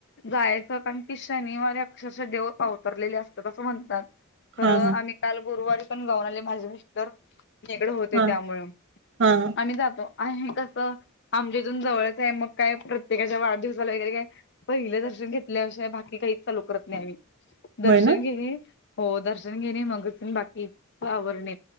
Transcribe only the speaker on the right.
हा हा
हा.
हा.
होय ना